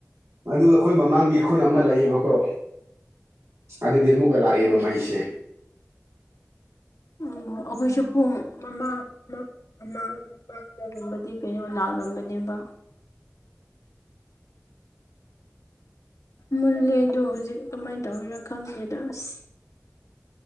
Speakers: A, on the right (about 65°); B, on the left (about 75°).
A: ꯑꯗꯨꯒ ꯑꯩꯈꯣꯏ ꯃꯃꯥꯡꯒꯤ ꯈꯨꯟ ꯑꯃ ꯂꯩꯌꯦꯕꯀꯣ ꯑꯗꯨꯗꯤ ꯑꯃꯨꯛꯀ ꯂꯥꯛꯑꯦꯕ
B: ꯎꯝ
A: ꯃꯩꯁꯦ
B: ꯎꯝ ꯑꯩꯈꯣꯏꯁꯨ ꯄꯨꯡ ꯃꯃꯥꯡ ꯃꯛ ꯥꯑꯃꯥꯡ ꯃꯃꯥꯡꯗꯒꯨꯝꯕꯗꯤ ꯀꯩꯅꯣ ꯂꯥꯛꯂꯝꯕꯅꯦꯕ꯫ ꯃꯨꯜꯂꯦꯗꯨ ꯍꯧꯖꯤꯛ ꯀꯃꯥꯏꯟ ꯇꯧꯒꯤꯔꯥ ꯈꯪꯗꯦꯗ ꯑꯁ